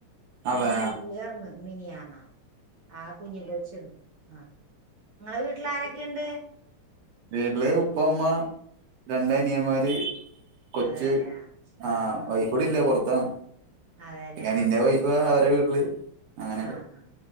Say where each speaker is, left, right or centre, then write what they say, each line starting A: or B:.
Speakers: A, on the right (about 80°); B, on the right (about 60°).
A: ആണല്ലേ
B: നാല് പുളിഅറ്ന്ന് മിനിയാ <unintelligible> ന്നാ ആ കുഞ്ഞു കുളിചെത് ആഹ് നിങ്ങളെ വീട്ടിലാരെക്കെയുണ്ട്
A: വീട്ടില് ഉപ്പ ഉമ്മ രണ്ട അനീയന്മാര്
B: ആ
A: കൊച്ച്
B: അതെല്ലേ ആ ആ ആ
A: ആഹ വൈഫ് ഇവിടെല്ല പൊറത്താണ്
B: അതെല്ലേ
A: പിന്നെ അനിയന്റെ വൈഫ് അവരുടെ വീട്ടില് അങ്ങനെയൊക്കെ
B: ആഹ് ആഹ്